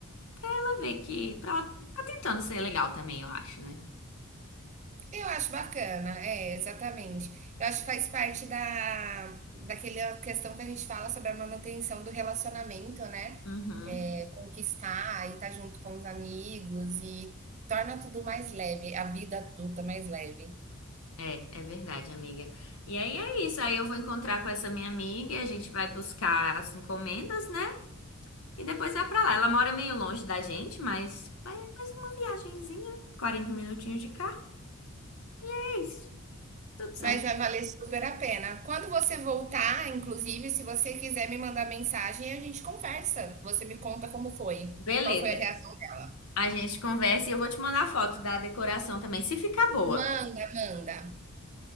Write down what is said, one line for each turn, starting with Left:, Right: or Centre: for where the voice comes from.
Left: Pra ela ver que. Pra ela tá tentando ser legal também, eu acho, né?
Right: Eu acho bacana, é, exatamente. Eu acho que faz parte da, daquela questão que a gente fala sobre a manutenção do relacionamento, né?
Left: Uhum.
Right: É, conquistar e estar junto com os amigos e torna tudo mais leve, a vida adulta mais leve.
Left: É, é verdade, amiga. E aí é isso. Aí eu vou encontrar com essa minha amiga e a gente vai buscar as encomendas, né? E depois vai pra lá. Ela mora meio longe da gente, mas vai mais uma viagenzinha, 40 minutinhos de carro. É isso. Tudo certo.
Right: Mas vai valer super a pena. Quando você voltar, inclusive, se você quiser me mandar mensagem, a gente conversa. Você me conta como foi,
Left: Beleza.
Right: qual foi a reação dela.
Left: A gente conversa e eu vou te mandar foto da decoração também, se ficar boa.
Right: Manda, manda.